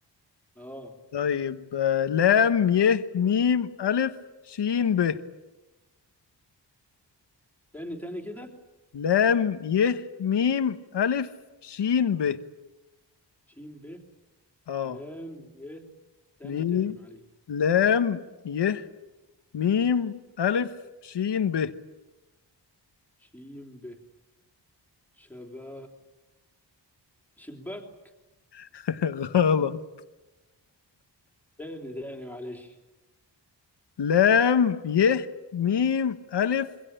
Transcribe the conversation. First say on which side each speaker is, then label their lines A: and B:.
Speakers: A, in the centre; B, on the left (about 70°).
A: اه
B: طيب آه، لام ي ميم الف شين ب
A: تاني تاني كده
B: لام ي ميم الف شين ب
A: شين ب
B: اه
A: لام ي تاني
B: ميم
A: تاني معلش
B: لام ي ميم ألف شين ب
A: شين ب شبا شباك
B: <laughs> غلط
A: تاني تاني معلش
B: لام ي ميم ألف